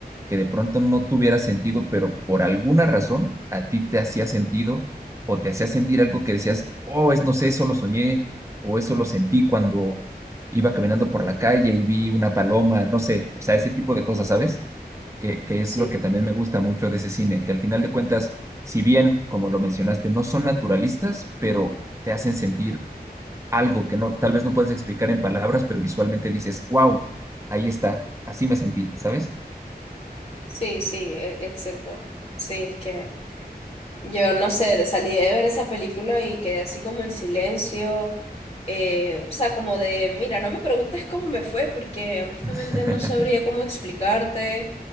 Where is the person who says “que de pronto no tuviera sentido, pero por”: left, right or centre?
Right